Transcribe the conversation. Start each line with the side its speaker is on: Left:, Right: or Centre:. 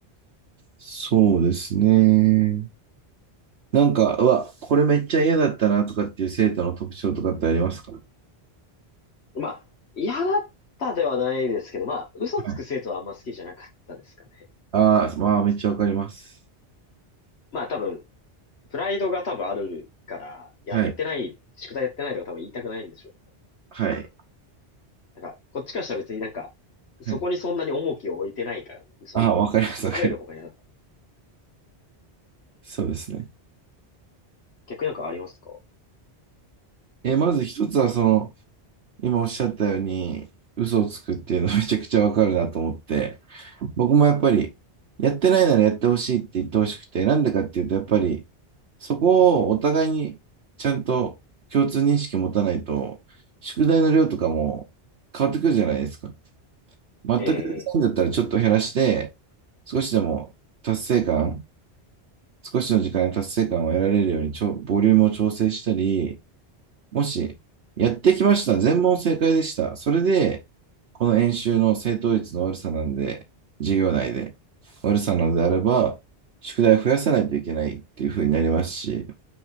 Right: そうですね。なんか、うわ、これめっちゃ嫌だったなとかっていう生徒の特徴とかってありますか
Left: まあ、嫌だったではないですけど、まあ、嘘つく生徒はあんま好きじゃなかったですかね。
Right: はい。ああ、まあ、めっちゃわかります。
Left: まあ、多分、プライドが多分あるから、やってない、
Right: はい、
Left: 宿題やってないとか多分言いたくないんでしょうけど。
Right: はい、
Left: なんか、こっちからしたら別になんか、そこにそんなに重きを置いてないから、
Right: はい。
Left: 嘘、
Right: ああ、わかります、
Left: 疲れる方が嫌だ。
Right: わかります。そうですね。
Left: 逆になんかありますか
Right: えまず一つは、その、今おっしゃったように、嘘をつくっていうのめちゃくちゃわかるなと思って、僕もやっぱり、やってないならやってほしいって言ってほしくて、なんでかっていうと、やっぱり、そこをお互いにちゃんと共通認識持たないと、宿題の量とかも変わってくるじゃないですか。全くできないんだったらちょっと減らして、
Left: ええ
Right: 少しでも達成感、少しの時間に達成感を得られるようにちょ、ボリュームを調整したり、もし、やってきました。全問正解でした。それで、この演習の正答率の悪さなんで、授業内で悪さなのであれば、宿題を増やさないといけないっていう風になりますし、